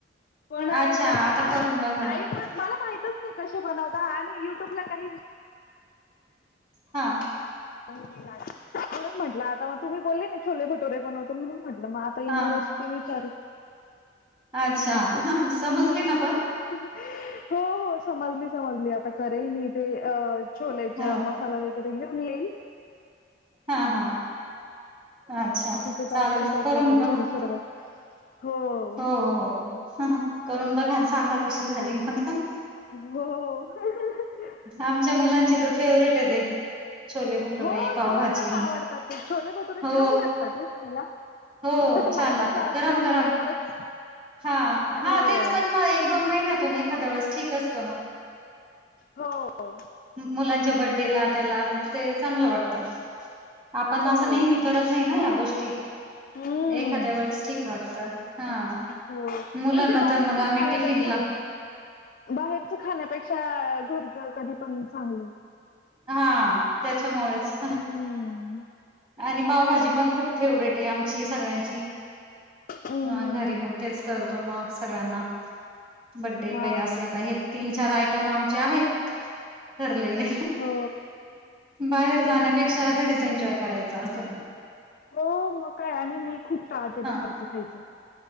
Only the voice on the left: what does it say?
पण
मला
काय
टाईम. मला माहितच? नाही कसे बनवता आणि युट्यूबला काही,
होय म्हटलं आता मग तुम्ही बोलले ना छोले भटोरे बनवतो म्हणून म्हटलं मग आ तर यांना
रेसिपी विचारू
असं.
हो हो समजली. समजली आता करेल मी इथे अह छोले
चा मसाला वगैरे घेऊन येईल
बाकीच तर
असतच आपल्याकडे
घरी सर्व हो.
हो.
हो
सर्वांनाच आवडतात
ते छोले भटुरे छान लागतात हो खायला.
फक्त ते
मैद्याच
असतं
म एवढंच
हो.
हो.
हो.
हम्म.
हो
पण ते बाहेरच
खाण्यापेक्षा
बाहेरच खाण्यापेक्षा घरच कधी पण चांगलं
हम्म
हम्म
हम्म
हम्म.
हा
हो.
हो मग काय आणि मी खूप तहते
बाहेरच खायचं